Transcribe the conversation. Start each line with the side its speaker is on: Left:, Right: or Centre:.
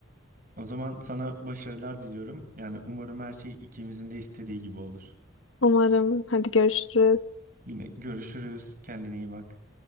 Right: O zaman sana başarılar diliyorum. Yani umarım her şey ikimizin de istediği gibi olur.
Left: Umarım. Hadi görüşürüz.
Right: Yine görüşürüz. Kendine iyi bak.